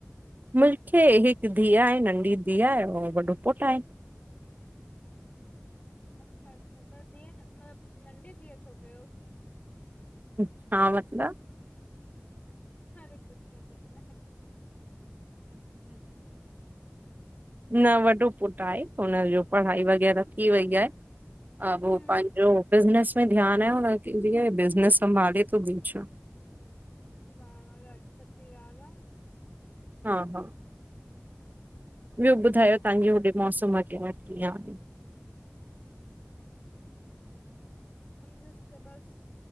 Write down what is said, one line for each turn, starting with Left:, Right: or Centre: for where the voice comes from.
Right: मूंखे हिकु धीउ आहें, नंढी धीउ आहें, ऐं वॾो पुटु आहें।
Left: अच्छा, अच्छा त धीउ, मतलबु नंढी धीउ छो कयो?
Right: छा मतलबु?
Left: अरे कुझु न कुझु न
Right: न वॾो पुट आहें। हुनजो पढ़ाई वग़ैहिर थी वई आहे, ए हो
Left: हम्म
Right: पांजो बिजनेस में ध्यान आहें हुन खे लिये, बिज़नस संभाले तो ॿुयो छा?
Left: वाह-वाह ॾाढी सुठी ॻाल्हि आह।
Right: हा-हा। ॿियो ॿुधायो तव्हां जो होॾे मौसम अॻे वठी कीअं आह।
Left: <unintelligible> बस।